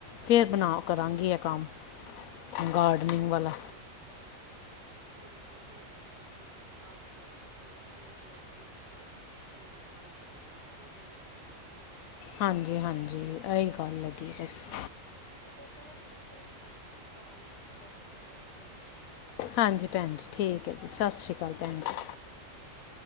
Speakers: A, on the left (about 90°); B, on the right (about 50°).
A: ਫੇਰ ਬਣਾ ਕਰਾਂਗੀ ਆ ਕੰਮ।
B: ਹਾਂਜੀ
A: ਗਾਰਡਨਿੰਗ
B: ਭੈਣ
A: ਵਾਲਾ
B: ਜੀ ਇਹ ਵੀ ਗੱਲ ਠੀਕ ਹੈ ਗਰਮੀ ਦੇ ਵਿੱਚ ਨਹੀਂ ਹੁੰਦਾ ਕੰਮ, ਮੌਨਸੂਨ ਚ ਮਤਲਬ ਜਿਹੜੀ ਠੰਡ ਥੋੜ੍ਹੀ ਠੰਡ ਜਿਹੀ ਹੋ ਜਾਏ ਨਾ ਫੇਰ ਹੁੰਦਾ।
A: ਹਾਂਜੀ ਹਾਂਜੀ ਇਹੀ ਗੱਲ ਲੱਗੀ ਬਸ
B: ਚਲੋ ਭੈਣ ਜੀ ਫਿਰ ਸਤਿ ਸ਼੍ਰੀ ਅਕਾਲ। ਕਰਦੇ ਆਂ ਬਾਅਦ 'ਚ ਗੱਲ
A: ਹਾਂਜੀ ਭੈਣ ਜੀ ਠੀਕ ਏ ਜੀ। ਸਤਿ
B: ਠੀਕ
A: ਸ਼੍ਰੀ ਅਕਾਲ ਭੈਣ
B: ਹੈ
A: ਜੀ
B: ਹਾਂਜੀ।